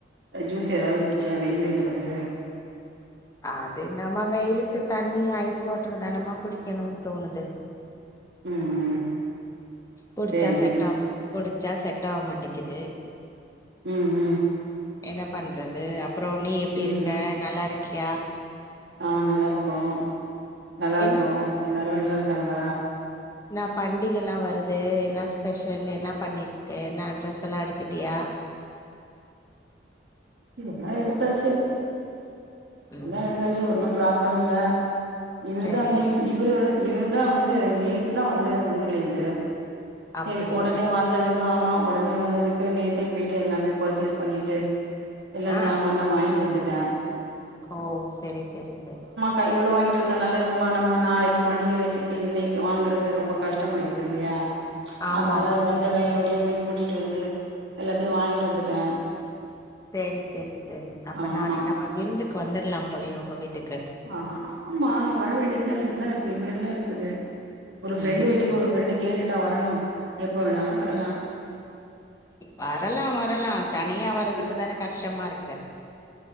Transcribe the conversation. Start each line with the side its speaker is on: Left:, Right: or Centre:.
Right: ஜூஸ் ஏதாவது குடிச்சியா வெயிலேருந்து வந்து
Left: அது என்னமோ வெயிலுக்கு தண்ணி ஐஸ் வாட்டரு தானமா குடிக்கணும்னு தோணுது
Right: ம் ம்
Left: குடிச்சா
Right: சேரி
Left: செட்டாகும்
Right: ம்
Left: குடிச்சா செட் ஆக மாட்டுங்குது
Right: ம் ம்
Left: என்ன பண்றது அப்புரோ நீ எப்டி
Right: ம்
Left: இருக்க
Right: ம்
Left: நல்லா இருக்கியா
Right: ஆ நல்லா இருக்கோ நல்லா
Left: என்ன
Right: இருக்கோ
Left: ரோ
Right: எல்லாருமே நல்லா இருக்காங்க
Left: ன்னா பண்டிகைலா வருது என்ன ஸ்பெஷல் என்ன பண்ணியிருக்க என்னா ட்ரெஸ் எல்லா எடுத்துட்டியா
Right: எல்லா எடுத்தாச்சு எல்லா
Left: ம்
Right: எடுத்தாச்சு ஒன்னு ப்ராப்ளம் இல்ல இவரு
Left: சரி
Right: தா நேத்து இவரு இவரு தா வந்து நேத்துதா வந்தாரு ஊர்ல இருந்து
Left: அப்படியா
Right: செரி ஒடனே வந்ததுக்கு ஆமா ஒடனே வந்ததுக்கு நேத்தே போயிட்டு எல்லாமே பர்ச்சேஸ் பண்ணிட்டு எல்லா
Left: ஆ
Right: ஜாமான்லா வாய்ன்ட்டு வந்துட்டேன்
Left: ஓ செரி செரி செரி
Right: கையோட வாங்கிட்டு வந்தா நல்லது மா நம்ம நாளைக்கு பண்டிகை வச்சுக்கிட்டு இன்னைக்கு வாங்கறது ரொம்ப கஷ்டமாயிடுது இல்லையா ச்சு
Left: ஆமா
Right: அதனால
Left: ஆமா
Right: அவர் வந்த கையோடயே போய் கூட்டிட்டு வந்து எல்லாத்தையு வாங்கிட்டு வந்துட்டேன்
Left: செரி செரி செரி அப்ப
Right: ஆமா
Left: நாளைக்கு அப்ப விருந்துக்கு வந்துரலா போலேயே உங்க வீட்டுக்கு
Right: ஆ ஆ அம்மா வர வேண்டியதானே என்ன இருக்குது இதுல என்ன இருக்குது ஒரு ஃப்ரெண்டு
Left: ம்
Right: வீட்டுக்கு ஒரு ஃப்ரெண்டு கேட்டுட்டா வரணு எப்ப வேணாலு வரலா
Left: வரலா வரலா தனியா வரதுக்கு
Right: அ
Left: தானே கஷ்டமா இருக்கு